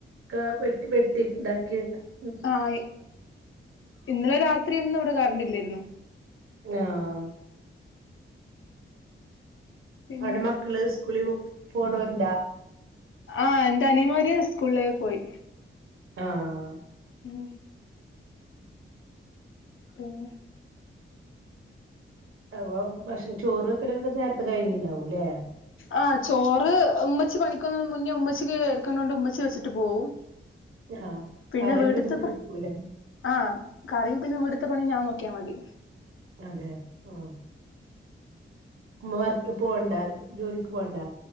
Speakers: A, on the right (about 75°); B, on the left (about 70°).
A: ആ വെട്ടി വെട്ടി താക്കി <unintelligible>
B: ആഹ. ഇന്നലെ രാത്രിഒന്നും ഇവിടെ കറണ്ടില്ലയിരുന്നു
A: നാ ആ
B: പിന്നെ
A: അവിടെ മക്കള് സ്കൂളിൽ പോണോരുണ്ടോ
B: ആഹ എന്റേനിയന്മാര് സ്കൂളിലേ പോയി
A: ആഹ്
B: ഉം പിന്നെ
A: അപോ ഭക്ഷ ചോറ് വെക്കലൊക്കെ നേരത്തെ കഴിഞ്ഞിണ്ടാവൂല്ലേ
B: ആ ചോറ് ഉമ്മച്ചി പണിക്ക് പോണമുന്നേ ഉമ്മച്ചിക്ക് എടുക്കുനോണ്ടു ഉമ്മച്ചി വെച്ചിട്ട് പോവും
A: ആഹ്
B: പിന്നെ
A: കറിയൊക്കെ
B: വീട്ടിത്തെ
A: ഇഞ്ഞി വെക്കൂലേ
B: <unintelligible> ആഹ കറിയും പിന്നെവിടുത്ത പണി ഞാൻ നോക്കിയാമതി
A: അതെ ആ ഉമ്മ വർക്ക് പോവണ്ട ജോലിക്ക് പോവണ്ട